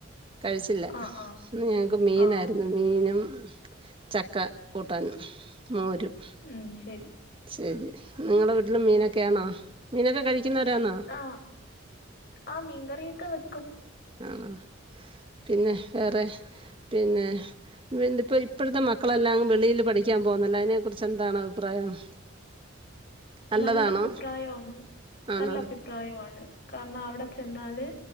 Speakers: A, on the right; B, on the left.
A: കഴിച്ചില്ല
B: ആഹ് ആഹ്
A: ഇന്ന് ഞങ്ങൾക്ക് മീനായിരുന്നു
B: ആഹ്
A: ഇന്ന് മീനും ചക്ക കൂട്ടാനും മോരും
B: ഉം ശരി
A: ശെരി നിങ്ങടെ വീട്ടിൽ മീനൊക്കെയാണോ മീനൊക്കെ കഴിക്കുന്നവരാന്നോ
B: ആഹ് ആഹ് മീൻകറിയൊക്കെ വെക്കും
A: ആണോ പിന്നെ വേറെ പിന്നെ വിന്ന് ഇപ്പൊ ഇപ്പോഴത്തെ മക്കളെല്ലാം വെളിയിൽ പഠിക്കാൻ പോകുന്നല്ലോ അതിനെ കുറിച്ച് എന്താണ് അഭിപ്രായം <inaudible> നല്ലതാണോ
B: നല്ല അഭിപ്രായാണ്
A: ആണോ
B: നല്ല അഭി പ്രായവാണ് കാരണം അവിടെ ചെന്നാല്